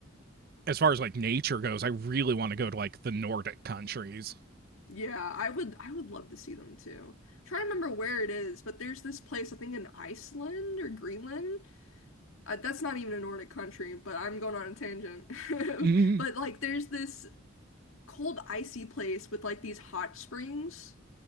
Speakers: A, on the right; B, on the left.
A: as far as like nature goes. I really want to go to like the Nordic countries.
B: Yeah, I would I would love to see them too. Trying to remember where it is, but there's this place I think in Iceland or Greenland. Uh, that's not even a Nordic country, but I'm going on a tangent. <laughs>
A: Mm-hmm.
B: But like there's this cold icy place with like these hot springs